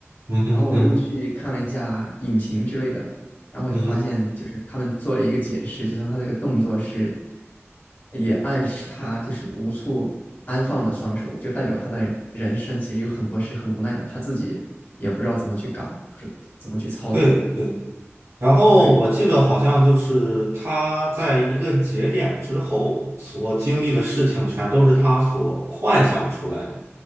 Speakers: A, on the right (about 75°); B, on the left (about 50°).
A: 嗯哼，
B: 然后我又去看了一下影评之类的，
A: 嗯哼，
B: 然后我就发现，
A: 嗯哼。
B: 就是他们做了一个解释，就说他这个动作是，也暗示他就是无处安放的双手，就代表他的人生其实有很多是很无奈的，他自己也不知道怎么去搞，不是怎么去操作。
A: 对对，然后我记得好像就是他在一个节点之后所经历的事情，
B: 对，
A: 全都是他所幻想出来的，